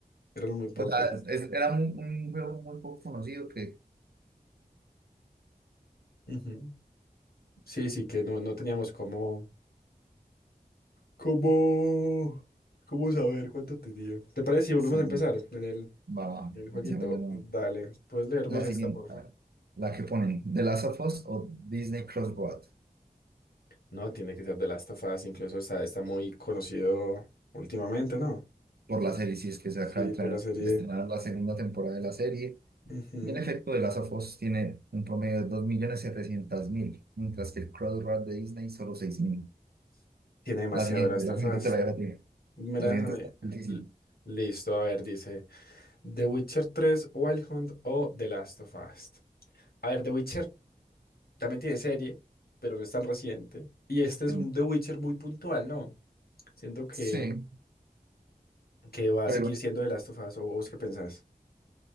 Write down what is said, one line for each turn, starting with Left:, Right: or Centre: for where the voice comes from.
Left: eran muy pocas.
Right: o sea, es- era mu- un, juego muy poco conocido que...
Left: Ujú. Sí, sí, que no, no teníamos cómo... ¿Cómo? ¿Cómo saber cuánto tenía? ¿Te parece si volvemos
Right: Sí,
Left: a empezar
Right: no.
Left: en el,
Right: va, va,
Left: en el jueguito?
Right: sigamos de nuevo.
Left: Dale, puedes leer vos
Right: La
Left: esta,
Right: siguiente,
Left: porfa.
Right: a ver, la que ponen, The Last of Us o Disney Crossroad,
Left: No, tiene que ser de Last of Us, incluso está, está muy conocido últimamente, ¿no?
Right: por la serie, si es que se
Left: Sí,
Right: acaba de
Left: por
Right: estrenar
Left: la serie.
Right: de estrenar la segunda temporada de la serie.
Left: Ujú.
Right: Y en efecto, The Last of Us tiene un promedio de dos millones setecientos mil mientras que el Crossroad de Disney solo seis mil
Left: Tiene demasiado
Right: La siguiente,
Left: Last
Right: la
Left: of
Right: siguiente
Left: Us.
Right: te la dejo a ti.
Left: Me
Right: La
Left: la dejas
Right: siguiente
Left: a mí.
Right: está difícil.
Left: L- Listo, a ver, dice The Witcher 3, Wild Hunt o The Last of Us. A ver, The Witcher también tiene serie, pero no es tan reciente. Y este es
Right: Sí,
Left: un The Witcher muy puntual, ¿no? Siento que,
Right: Sí,
Left: que va a
Right: pero
Left: seguir siendo The Last of Us, ¿o vos qué pensás?